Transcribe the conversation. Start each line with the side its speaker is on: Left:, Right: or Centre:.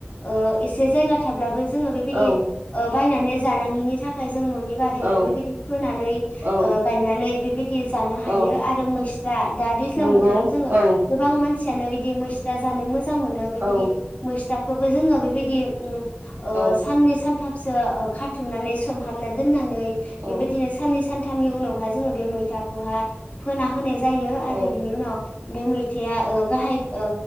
Left: ओ इस से जायगा थाब्लाबो जोङो बेबायदि
Right: औ औ
Left: ओ बायनानै जानांङिनि थाखाय जों न'नि बारियावनो
Right: औ
Left: बेबायदि फोनानै
Right: औ
Left: ओ गायनानै बेबायदि जानो हायो
Right: औ
Left: आरो मैसता दा दैज्लां
Right: नंगौ
Left: बोथोराव जोङो
Right: औ
Left: गोबां मानसियानो बि दि मैस्था जानो मोजां मोजां मोनो बेबायदि
Right: औ
Left: मैस्थाखोबो जोङो बेबायदि उम ओ
Right: औ
Left: साननै सानथाम सो ओ खाथुमनानै सोमहानना दोननानै
Right: औ
Left: बेबायदिनो साननै सान सानथामनि उनावहा जोङो बे मैथाखौहा फोना होनाय जायो आरो
Right: औ
Left: बिनि उनाव बे मै थाया ओ गाहाय ओ